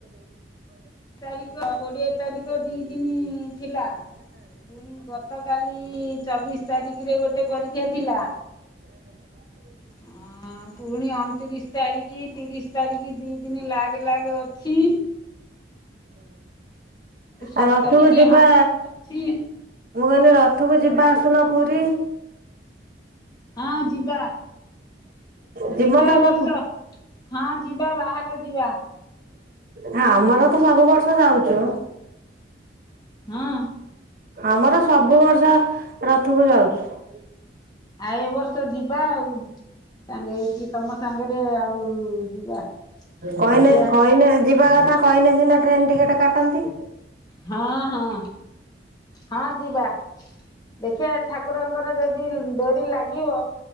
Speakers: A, on the left; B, on the right.
A: ତାରିଖ କୋଡିଏ ତାରିଖ ଦି ଦିନ ଥିଲା ପୁଣି ଗତକାଲି ଚବିଶ ତାରିଖରେ ଗୋଟେ ପରୀକ୍ଷା ଥିଲା। ହଁ ପୁଣି ଅଣ ତିରିଶ ତାରିଖ ତିରିଶ ତାରିଖ ଦି ଦିନ ଲାଗ ଲାଗ ଅଛି। ସାତ
B: ଆଉ ରଥକୁ
A: ତାରିଖ
B: ଯିବା।
A: ଅଛି
B: ମୁଁ କହିନି ରଥକୁ ଯିବା ଆସୁନ ପୁରୀ।
A: ହଁ ଯିବା
B: ଯିବ
A: ଯିବା
B: ନା
A: ଏ
B: ସତ
A: ବର୍ଷ ହଁ ଯିବା। ବାହା ଯିବା ଯିବା।
B: ହଁ ଆମର ତ ସବୁ ବର୍ଷ ଯାଉଚୁ।
A: ହଁ।
B: ଆମର ସବୁ ବର୍ଷ ରଥକୁ ଯାଉଛୁ।
A: ଆଉ ଏ ବର୍ଷ ଯିବା ଆଉ। ସାଙ୍ଗେ ହେଇକି ତୋମ ସାଙ୍ଗରେ ଆଉ ଯିବା
B: କହିନେ
A: ଦେଖିଆ
B: କହିନେ ଯିବା କଥା କହିନେ ସିନା ଟ୍ରେନ୍ ଟିକେଟ୍ କାଟନ୍ତି।
A: ହଁ, ହଁ, ହଁ, ଯିବା। ଦେଖିବା ଠାକୁରଙ୍କର ଯଦି ଡୋରି ଲାଗିବ